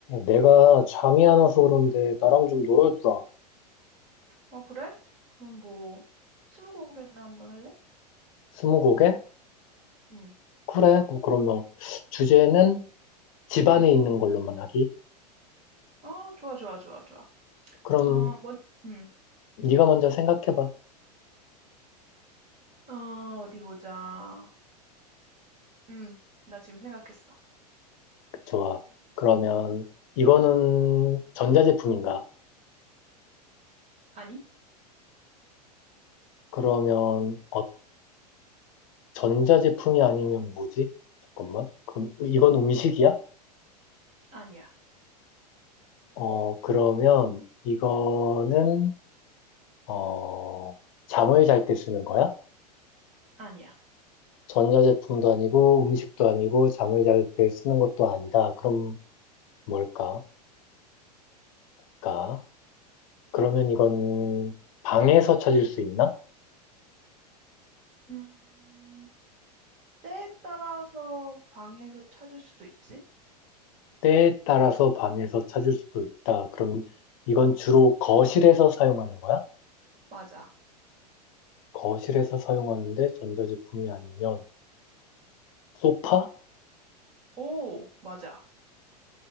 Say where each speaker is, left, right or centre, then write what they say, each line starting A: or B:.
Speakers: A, on the left; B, on the right.
A: 내가 잠이 안 와서 그런데 나랑 좀 놀아주라.
B: 어, 그래? 그럼 뭐, 스무고개나 한번 할래?
A: 스무고개?
B: 응.
A: 그래. 그럼 그러면 주제는 집 안에 있는 걸로만 하기.
B: 어, 좋아, 좋아, 좋아, 좋아.
A: 그럼
B: 어, 뭔, 응.
A: 네가 먼저 생각해봐.
B: 어, 어디 보자. 응. 나 지금 생각했어.
A: 좋아. 그러면 이거는 전자제품인가?
B: 아니?
A: 그러면 어, 전자제품이 아니면 뭐지? 잠깐만. 그럼 이건 음식이야?
B: 아니야,
A: 어, 그러면 이거는 어, 잠을 잘 때 쓰는 거야?
B: 아니야.
A: 전자제품도 아니고 음식도 아니고 잠을 잘 때 쓰는 것도 아니다. 그럼 뭘까? 까? 그러면 이건 방에서 찾을 수 있나?
B: 음, 때에 따라서 방에서 찾을 수도 있지?
A: 때에 따라서 방에서 찾을 수도 있다. 그럼 이건 주로 거실에서 사용하는 거야?
B: 맞아.
A: 거실에서 사용하는데 전자제품이 아니면 소파?
B: 오, 맞아.